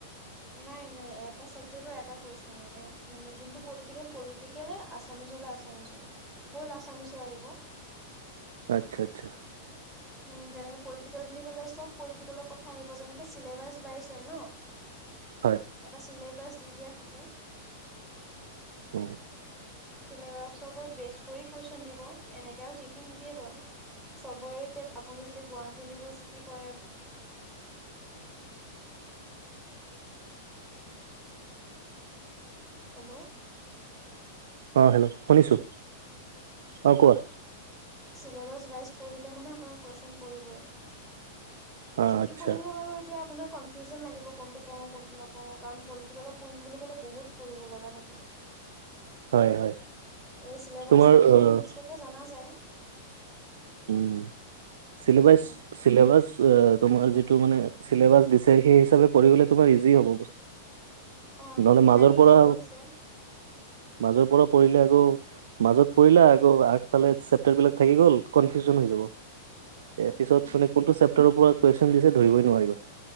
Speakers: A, in the centre; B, on the right.
A: নাই নাই এটা চাবজেকটৰ এটা কুৱেশন ম যোনটো পলিটিকেল প কেলে আছামিছলে আছামিছতে হ'ল আছামিছৰ আহিব।
B: আচ্ছা আচ্ছা।
A: উম তেনেকে পলিটিকেল বুলি কলে চব পলিটিকেলৰ কথা আহিব যেনেকে চিলেবাছ বাইজ হয় ন। <unintelligible>
B: হয়।
A: এটা চিলেবাছ দি দিয়া থাকে।
B: হয়।
A: চিলেবাছৰ ওপৰত বেচ কৰি কুৱেশ্যন দিব এনেকেও যিতি নিদিয়ে বাৰু। চবৰে এতিয়া আপুনি যদি গুৱাহী ইউনিভাৰ্চিটি কৰে বা হেল্ল'?
B: অঁহ হেল্ল' শুনিছোঁ অঁহ কোৱা।
A: ছিলেবাজ ৱাই পঢ়িলে মানে আপোনাৰ কুৱেশন পৰিবই।
B: অ
A: জিতি
B: আচ্ছা
A: পঢ়িলে বাৰু এতিয়া আপোনাৰ কনফিউজন লাগিব কোনটো পঢ়ো কোনটো নপঢ়ো কাৰণ পলিটিকেলত পঢ়িম বুলি ক'লে বহুত পঢ়িব লগা থাকে।
B: হয় হয়
A: এই চিলেবাচটো
B: তোমাৰ
A: দিলে
B: আহ,
A: নিৰ্দিষ্টকে জনা যায়। <inaudible>
B: উম চিলেবাছ।
A: উম
B: ছিলেবাছ অহ তোমাৰ যিটো মানে চিলেবাছ দিছে সেই হিচাপে পঢ়ি গ'লে তোমাৰ ইজি হ'ব।
A: অ এইটো
B: নহ'লে
A: সেইকাৰণে
B: মাজৰ পৰা
A: ইজি হৈছে
B: মাজৰ পৰা পঢ়িলে আকৌ, মাজত পঢ়িলা, আকৌ আগফালে চেপ্টাৰবিলাক থাকি গ'ল কনফিউজন হৈ যাব, এ
A: উম
B: পিছত মানে কোনটো চেপ্টাৰৰ পৰা কুৱেশ্যন দিছে ধৰিবই নোৱাৰিবা।